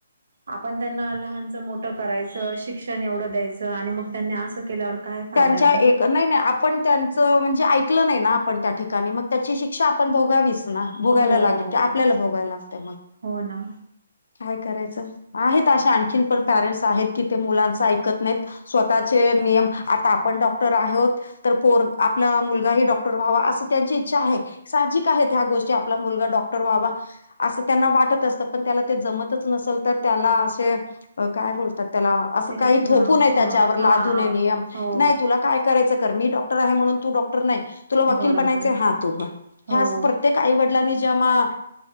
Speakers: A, on the right; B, on the left.
A: आपण त्यांना लहानचं मोठं करायचं शिक्षण एवढं द्यायचं आणि मग त्यांनी असं केल्यावर काय फायदा
B: त्यांच्या
A: आहे ना
B: एक नाही नाही आपण त्यांचं म्हणजे ऐकलं नाही ना आपण त्या ठिकाणी मग त्याची शिक्षा आपण भोगावीच भोगायला
A: हो
B: लागे आपल्याला भोगायला लागत मग
A: हो ना
B: काय करायचं आहेत अशे आणखीन पण पॅरेंट्स आहेत कि ते मुलांच ऐकत नाही स्वतःचे नियम आता आपण डॉक्टर आहोत तर पर आपला मुलगाही डॉ व्हावा असं त्यांची इच्छा आहे साहजिक आहेत ह्या गोष्टी आपला मुलगा डॉक्टर व्हावा असं त्यांना वाटतं असतं पण त्याला ते जमतच नसेल तर त्याला असे अ काय बोलतात त्याला असं
A: तेच
B: काही
A: ना
B: थोपू नये
A: हा
B: त्याच्यावर
A: हा
B: लादू नये नियम
A: हो
B: नाही तुला काय कं रायचं कर मी डॉक्टर आहे म्हणून तू डॉक्टर नाही तुला वकील
A: बरोबर
B: बनायचं हा तण
A: हो
B: ह प्रत्येक आई वडलांनी जेव्हा